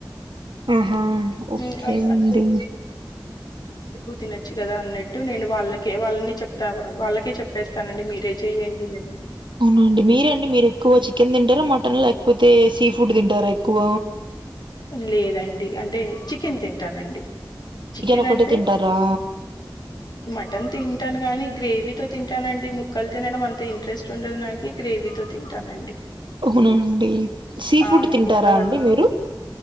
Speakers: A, on the right; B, on the left.
A: ఆహా ఓకే
B: <unintelligible>
A: అండి
B: ఎక్కువ తినొచ్చు కదా అన్నట్టు నేను వాళ్ళకే వాళ్ళని చెప్తా వాళ్ళ చెప్పేస్తానండి మీరే చెయ్యండి అని
A: అవునండి మీరే అండి మీరు ఎక్కువ చికెన్ తింటారా మటన్ లేకపోతే సీ ఫుడ్ తింటారా ఎక్కువ
B: లేదండి అంటే చికెన్ తింటానండి చికెన్
A: ఒకటే
B: అంటే
A: తింటారా
B: మటన్ తింటాను గాని గ్రేవీతో తింటానండి ముక్కలు తినడం అంత ఇంట్రెస్ట్ ఉండదు నాకి గ్రేవీతో తింటానండి
A: అవునా అండి సీ
B: ఆ!
A: ఫుడ్ తింటారా
B: ముక్కలన్
A: అండి మీరు